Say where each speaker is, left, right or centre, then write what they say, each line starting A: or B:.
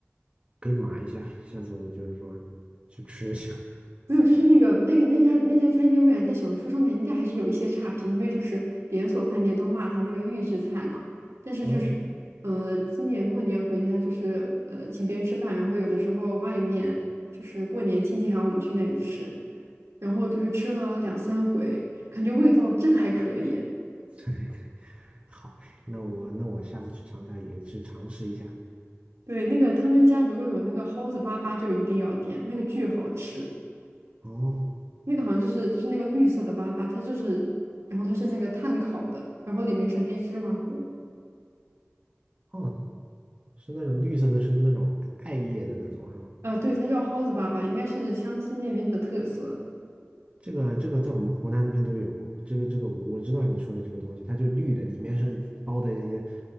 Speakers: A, on the right (about 25°); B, on the right (about 85°).
A: 可以码一下，下次我就是说去吃一下。<laughs>
B: 没有，就是那个那个那家那家餐厅，我感觉在小红书上面应该还是有一些差评，因为就是连锁饭店都骂他那个预制菜嘛。但是就是，
A: 嗯，
B: 呃，今年过年回家就是呃请别人吃饭，然后有的时候外面就是过年亲戚喊我们去那里吃，然后就是吃了两三回，感觉味道真还可以。
A: 对对，好嘞，那我那我下次去长沙也去尝试一下。
B: 对，那个他们家如果有那个蒿子粑粑，就一定要点，那个巨好吃。
A: 哦
B: 那个好像就是就是那个绿色的粑粑，它就是，然后它是那个炭烤的，然后里面是黑芝麻糊。
A: 哦，是那种绿色的，是那种艾叶的那种是吧？
B: 呃，对，它叫蒿子粑粑，应该是湘西那边的特色。
A: 这个这个在我们湖南那边都有，这个这个我我知道你说的这个东西，它就绿的，里面是包的一些，